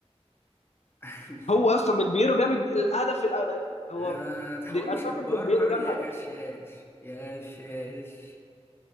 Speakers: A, on the left (about 20°); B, on the left (about 80°).
A: <laughs>
B: هو اصلا ديل بيرو جاب الهدف الأ- هو
A: ما تحاولش
B: ديل انا فاكر
A: تبرر
B: ديل بيرو جاب
A: يا
B: هدف
A: غشاش يا غشاش